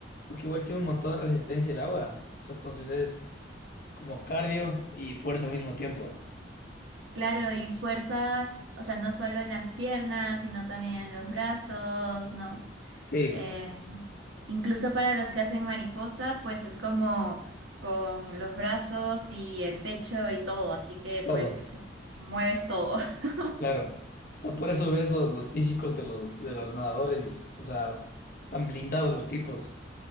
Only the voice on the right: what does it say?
Claro, y fuerza, o sea, no solo en las piernas, sino también en los brazos, ¿no?
Eh, incluso para los que hacen mariposa, pues es como con los brazos y el pecho y todo, así que
pues mueves todo. <laughs>